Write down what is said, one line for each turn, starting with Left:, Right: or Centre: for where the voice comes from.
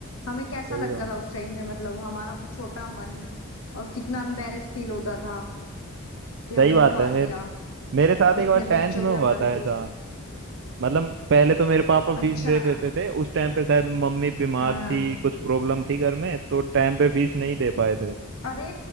Left: हमें कैसा
Right: सही
Left: लगता
Right: बात
Left: था उस
Right: है
Left: टाइम पे मतलब हमारा छोटा मन और कितना एम्बेरेस फील होता था कि हमें
Right: सही बात
Left: उठा
Right: है मेरे
Left: दिया
Right: मेरे साथ
Left: इतने
Right: एक बार टेंथ
Left: बच्चों के
Right: में हुआ
Left: हमारे
Right: था ऐसा
Left: दोस्त
Right: मतलब पहले तो मेरे पापा फीस
Left: अच्छा
Right: दे देते थे उस टाइम पे शायद मम्मी बीमार
Left: हाँ
Right: थी कुछ प्रॉब्लम थी घर में तो टाइम पे फीस नहीं दे पाए
Left: अरे